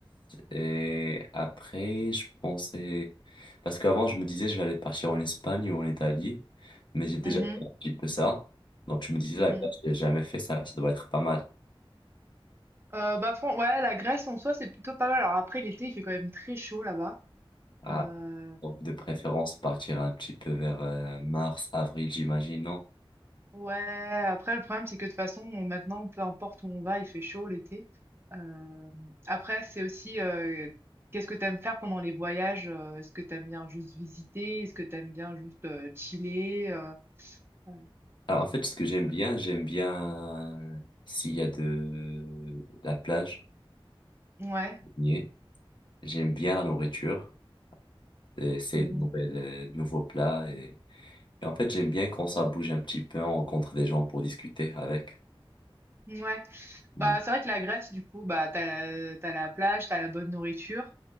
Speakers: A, on the left; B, on the right.
A: Et après, je pensais... Parce qu'avant, je me disais, je vais aller partir en Espagne ou en Italie, mais j'ai déjà
B: Mhm,
A: fait un petit peu ça. Donc, je me disais,
B: mhm.
A: la glace, j'ai jamais fait ça, ça doit être pas mal.
B: Euh, bah, fran- ouais, la Grèce en soi, c'est plutôt pas mal. Alors après, l'été, il fait quand même très chaud là-bas.
A: Ah,
B: Euh,
A: donc, de préférence, partir un petit peu vers euh, mars, avril, j'imagine, non?
B: Ouais, après le problème, c'est que de toute façon, on- maintenant, peu importe où on va, il fait chaud l'été. Euh, après, c'est aussi euh, qu'est-ce que tu aimes faire pendant les voyages? euh, Est-ce que tu aimes bien juste visiter? Est-ce que tu aimes bien juste euh, chiller? euh, euh,
A: Alors, en fait, ce que j'aime bien, j'aime bien euh, s'il y a de la plage,
B: Ouais.
A: baigner. J'aime bien la nourriture, essayer
B: mhm,
A: de, nouvelles- euh, de nouveaux plats Et en fait, j'aime bien quand ça bouge un petit peu, on rencontre des gens pour discuter avec.
B: Ouais. Bah,
A: Mm.
B: c'est vrai que la Grèce, du coup, bah, t'as la, t'as la plage, t'as la bonne nourriture.